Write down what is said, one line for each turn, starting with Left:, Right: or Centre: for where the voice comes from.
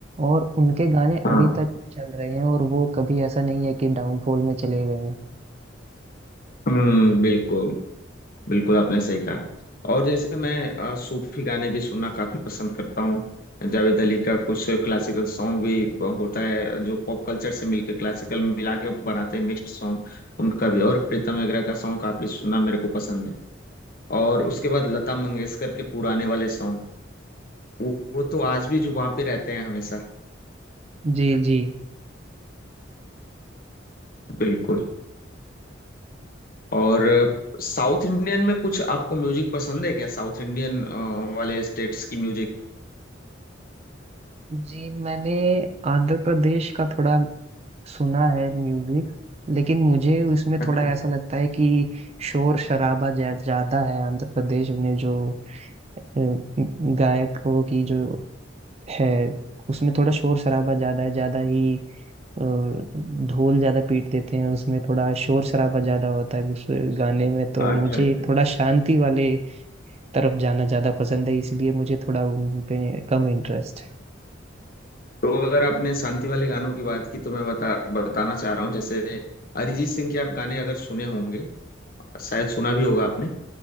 Right: और उनके गाने
Left: हाँ
Right: अभी तक चल रहे हैं और वो कभी ऐसा नहीं है कि डाउनफॉल में चले गए हैं
Left: हम्म बिल्कुल बिल्कुल आपने सही कहा और जैसे मैं अ, सूफी गाने भी सुनना काफी पसंद करता हूँ जावेद अली का कुछ क्लासिकल सॉन्ग भी होता है जो पॉप कल्चर से मिलके क्लासिकल मिला के बनाते हैं मिक्स्ड सॉन्ग उनका भी और प्रीतम वगैरह का सॉन्ग काफी सुनना मेरे को पसंद है और उसके बाद लता मंगेशकर के पुराने वाले सॉन्ग वो वो तो आज भी जो वहां पे रहते हैं हमेशा
Right: जी जी
Left: बिल्कुल और साउथ इंडियन में कुछ आपको म्यूजिक पसंद है क्या साउथ इंडियन वाले स्टेट्स की म्यूजिक
Right: जी मैंने आंध्र प्रदेश का थोड़ा सुना है म्यूजिक लेकिन मुझे उसमें
Left: अच्छा
Right: थोड़ा ऐसा लगता है कि शोर शराबा ज्या- ज्यादा है आंध्र प्रदेश में जो अ, गायकों की जो है उसमें थोड़ा शोर शराबा ज्यादा है ज्यादा ही अ, ढोल ज्यादा पीट देते हैं उसमें थोड़ा शोर शराबा ज्यादा होता है उस गाने में तो
Left: अच्छा
Right: मुझे
Left: अच्छा
Right: थोड़ा शांति वाले तरफ जाना ज्यादा पसंद है इसलिए मुझे थोड़ा उन पे कम इंटरेस्ट है
Left: तो अगर आपने शांति वाले गानों की बात की तो मैं बता बताना चाह रहा हूँ जैसे अरिजीत सिंह के आप गाने अगर सुने होंगे शायद सुना भी होगा आपने